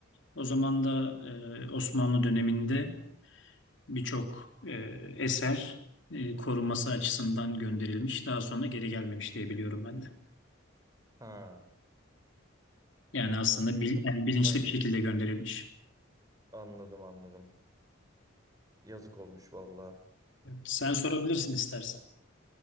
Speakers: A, on the left (about 65°); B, on the right (about 15°).
A: O zaman da e, Osmanlı döneminde birçok e, eser e, korunması açısından gönderilmiş. Daha sonra geri gelmemiş diyebiliyorum ben de.
B: Ha,
A: Yani aslında bil-
B: biraz
A: yani bilinçli
B: da-
A: bir şekilde gönderilmiş.
B: anladım anladım. Yazık olmuş valla.
A: Evet, sen sorabilirsin istersen.